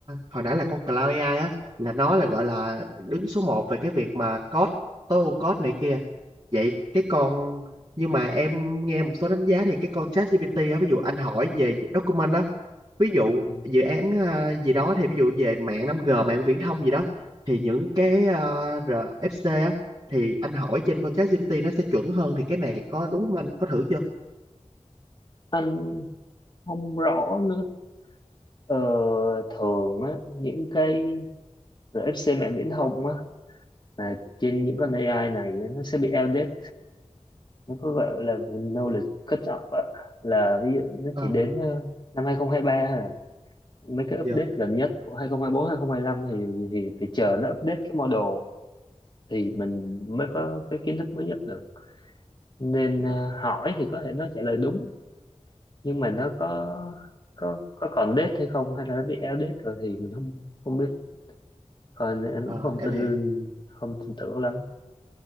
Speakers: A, on the right; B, on the left.
A: hồi nãy là con Cloud AI á là nó là gọi là đứng số một về cái việc mà code tối ưu code này kia vậy cái con nhưng mà em nghe một số đánh giá thì cái con ChatGPT á ví dụ anh hỏi về document á ví dụ
B: Ừ.
A: dự án ờ, gì đó thì ví dụ về mạng 5G mạng viễn thông gì đó thì những cái ờ, RFC á thì anh hỏi trên con ChatGPT nó sẽ chuẩn hơn thì cái này có đúng không anh có thử chưa?
B: anh không rõ nữa ờ, thường á những cái rồi FC mạng viễn thông á là trên những con AI này á, nó sẽ bị outdated nó có gọi là knowledge cut off á là ví dụ nó
A: Ờ,
B: chỉ đến ờ, năm 2023 thôi à. mấy cái update
A: dạ.
B: gần nhất của 2024 2025 thì thì phải chờ nó update cái model thì mình mới có cái kiến thức mới nhất được nên
A: dạ.
B: ờ, hỏi thì có thể nó trả lời đúng nhưng mà nó có có có còn date hay không hay là nó bị outdated rồi thì mình không không biết còn anh
A: Ờ,
B: cũng không
A: em
B: tin
A: hiểu.
B: không tin tưởng lắm